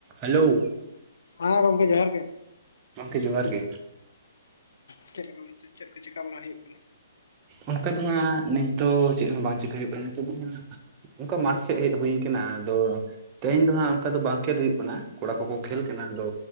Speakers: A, on the right (about 25°); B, on the left (about 60°).
A: Hello.
B: ᱦᱟᱸ ᱜᱚᱝᱠᱮ ᱡᱚᱦᱟᱨ ᱜᱮ ᱾
A: ᱜᱚᱝᱠᱮ ᱡᱚᱦᱟᱨ ᱜᱮ ᱾
B: ᱪᱮᱫ ᱞᱮᱠᱟ ᱢᱟᱥᱮ, ᱪᱮᱫ ᱠᱚ ᱪᱮᱠᱟ ᱵᱟᱲᱟ ᱦᱩᱭᱩᱜ ᱠᱟᱱᱟ ᱾
A: ᱚᱱᱠᱟ ᱫᱚ ᱦᱟᱸᱜ ᱱᱤᱛ ᱫᱚ ᱪᱮᱫ ᱦᱚᱸ ᱵᱟᱝ ᱪᱤᱠᱟᱹ ᱦᱩᱭᱩᱜ ᱠᱟᱱᱟ ᱱᱤᱛᱚᱜ ᱫᱚ ᱦᱟᱸᱜ ᱚᱱᱠᱟ ᱢᱟᱴᱷ ᱥᱮᱜ ᱦᱮᱜ ᱦᱩᱭ ᱟᱠᱟᱱᱟ ᱟᱫᱚ ᱛᱮᱦᱮᱸᱧ ᱫᱚ ᱦᱟᱸᱜ ᱚᱱᱠᱟ ᱫᱚ ᱵᱟᱝ ᱠᱷᱮᱞ ᱦᱩᱭᱩᱜ ᱠᱟᱱᱟ, ᱠᱚᱲᱟ ᱠᱚᱠᱚ ᱠᱷᱮᱞ ᱠᱟᱱᱟ, ᱟᱫᱚ